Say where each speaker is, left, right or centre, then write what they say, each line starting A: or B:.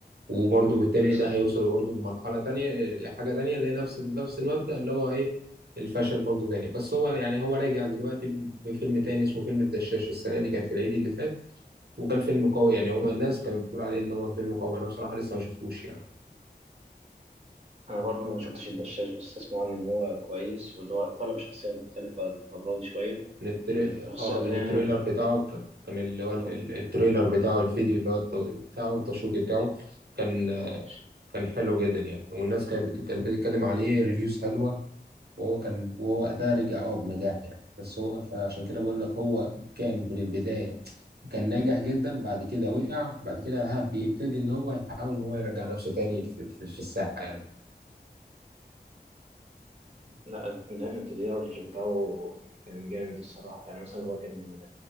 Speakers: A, on the right; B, on the right.
A: وبرضه بالتالي
B: بس
A: ده هيوصل برضه لمرحلة تانية لحاجة تانية اللي هي نفس نفس المبدأ اللي هو إيه الفشل برضه تاني بس هو يعني هو راجع دلوقتي ب- بفيلم تاني اسمه فيلم الدشاش السنة دي كان في العيد اللي فات وكان فيلم قوي يعني هو الناس كانت بتقول عليه إن هو فيلم قوي أنا بصراحة لسه ما شفتوش يعني
B: أنا برضه ما شفتش الدشاش بس أسمع عنه إن هو كويس واللي هو طلب شخصية مختلفة المرة دي شوية
A: من التري...
B: الشخصية
A: اه
B: اللي
A: من
B: هي
A: التريلر بتاعه كان كان اللي هو ال-
B: آه
A: ال- التريلر بتاعه الفيديو اللي هو الت- بتاعه التشويق بتاعه كان
B: آه،
A: كان حلو جدا يعني والناس كانت بت... كانت بتتكلم عليه ريفيوز حلوة وهو كان وهو وقتها رجع اه بنجاح يعني بس هو فعشان كده بقول لك هو كان من البداية كان ناجح جدا بعد كده وقع بعد كده ها بيبتدي ان هو يحاول ان هو يرجع نفسه تاني في, في, في الساحة يعني
B: لا النهاية التغيير بتاعه كان جامد الصراحة يعني مثلا هو كان